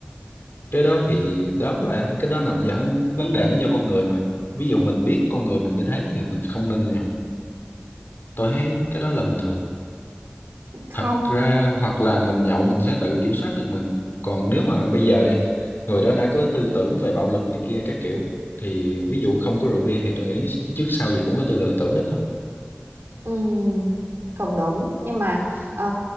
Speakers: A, on the left; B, on the right.
A: cái đó thì đó là cái đó nằm ở vấn đề nó do con người mà ví dụ mình biết con người mình như thế thì mình không nên nhậu tôi thấy cái đó là bình thường
B: không
A: thật ra hoặc là mình nhậu mình sẽ tự kiểm soát được mình còn nếu mà bây giờ đi người đó đã có tư tưởng về bạo lực này kia các kiểu thì ví dụ không có rượu bia thì tôi nghĩ trước sau gì cũng có tư lựa tưởng đó thôi
B: Ừ, cũng đúng nhưng mà ờ,